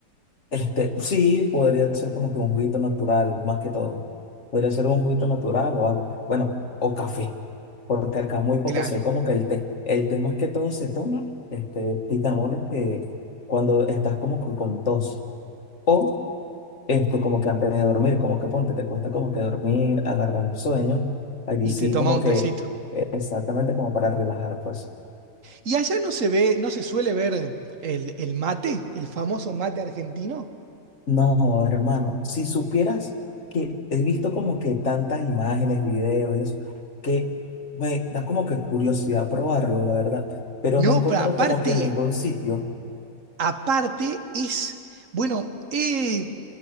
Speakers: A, on the left; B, on the right.
A: Este, sí, podría ser como que un juguito natural, más que todo. Podría ser un juguito natural o algo. Bueno, o café, porque acá muy poco
B: Claro,
A: sé como que el té. El té más que todo se toma, este, titamoles que cuando estás como que con tos. O este, como que antes de dormir, como que ponte, te cuesta como que dormir, agarrar el sueño. Allí
B: y
A: sí
B: te tomás
A: como
B: un
A: que
B: tecito.
A: eh, exactamente como para relajar, pues.
B: ¿Y allá no se ve, no se suele ver el, el mate, el famoso mate argentino?
A: No, hermano, si supieras que he visto como que tantas imágenes, videos, y eso, que me da como que curiosidad probarlo, la verdad, pero
B: No,
A: no he encontrado
B: pero aparte...
A: como que en ningún sitio,
B: Aparte es, bueno, eh,